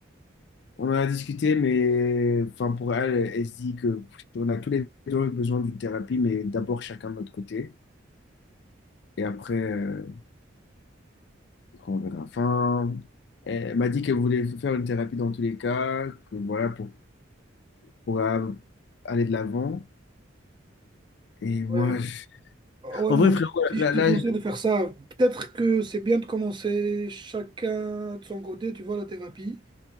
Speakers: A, on the left; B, on the right.
A: on en a discuté, mais enfin, pour elle, elle se dit que on a tous les deux besoin d'une thérapie, mais d'abord chacun de notre côté. Et après, euh, après, on verra. Enfin, elle m'a dit qu'elle voulait faire une thérapie dans tous les cas, que voilà, pour, pour euh, aller de l'avant. Et moi,
B: Ouais.
A: Ouais. je-
B: Ah ouais,
A: en
B: moi,
A: vrai, frérot,
B: si
A: là,
B: je te
A: là,
B: conseille
A: là,
B: de faire ça, peut-être que c'est bien de commencer chacun de son côté, tu vois, la thérapie.